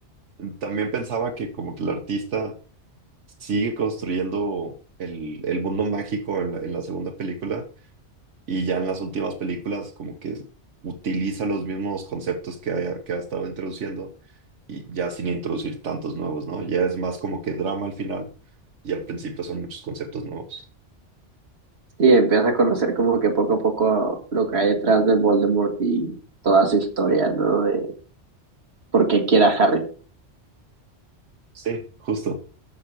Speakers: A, on the right; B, on the right.
A: También pensaba que como que el artista sigue construyendo el, el mundo mágico en la, en la segunda película y ya en las últimas películas como que utiliza los mismos conceptos que ha, que ha estado introduciendo y ya sin introducir tantos nuevos, ¿no? Ya es más como que drama al final y al principio son muchos conceptos nuevos.
B: Y empiezas a conocer como que poco a poco lo que hay detrás de Voldemort y toda su historia, ¿no? De por qué quiere a Harry.
A: Sí, justo.